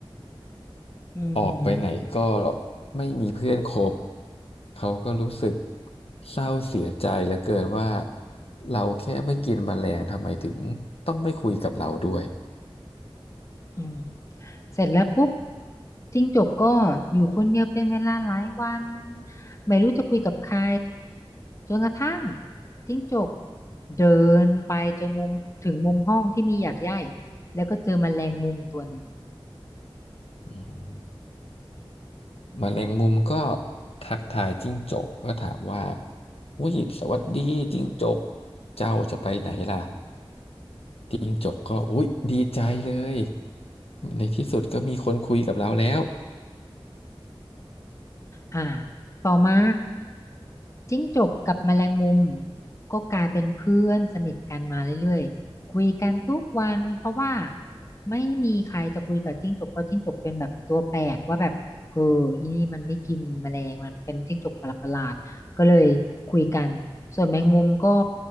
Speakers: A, on the left; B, on the left.
A: อืม
B: ออกไปไหนก็ไม่มีเพื่อนคบเขาก็รู้สึกเศร้าเสียใจเหลือเกินว่าเราแค่ไม่กินแมลงทำไมถึงต้องไม่คุยกับเราด้วย
A: อืม เสร็จแล้วปุ๊บจิ้งจกก็อยู่คนเดียวเป็นเวลาหลายวันไม่รู้จะคุยกับใครจนกระทั่งจิ้งจกเดินไปจนมุมถึงมุมห้องที่มีหยากไย่แล้วก็เจอแมลงมุมตัวหนึ่ง
B: อืม แมลงมุมก็ทักทายจิ้งจกก็ถามว่าอุ้ยสวัสดีจิ้งจกเจ้าจะไปไหนล่ะจิ้งจกก็อุ้ยดีใจเลยในที่สุดก็มีคนคุยกับเราแล้ว
A: อ่าต่อมาจิ้งจกกับแมลงมุมก็กลายเป็นเพื่อนสนิทกันมาเรื่อยๆคุยกันทุกวันเพราะว่าไม่มีใครจะคุยกับจิ้งจกเพราะจิ้งจกเป็นแบบตัวแปลกว่าแบบเอออีนี่มันไม่กินแมลงมันเป็นจิ้งจกประหลาดๆก็เลยคุยกันส่วนแมงมุมก็